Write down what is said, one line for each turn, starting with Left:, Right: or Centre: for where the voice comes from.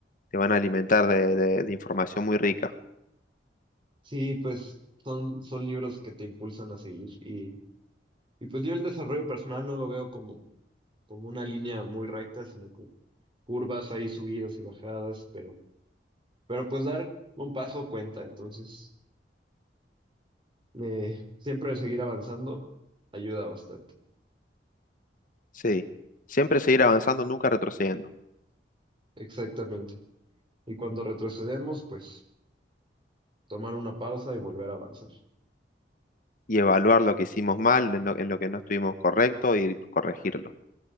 Left: te van a alimentar de de- de información muy rica.
Right: Sí, pues son, son libros que te impulsan a seguir y, y pues yo el desarrollo personal no lo veo como, como una línea muy recta, sino como curvas ahí, subidas y bajadas, pero, pero pues dar un paso cuenta, entonces eh, siempre seguir avanzando ayuda bastante,
Left: Sí, siempre seguir avanzando, nunca retrocediendo.
Right: exactamente. Y cuando retrocedemos, pues tomar una pausa y volver a avanzar.
Left: y evaluar lo que hicimos mal, en lo, en lo que no estuvimos correcto y corregirlo.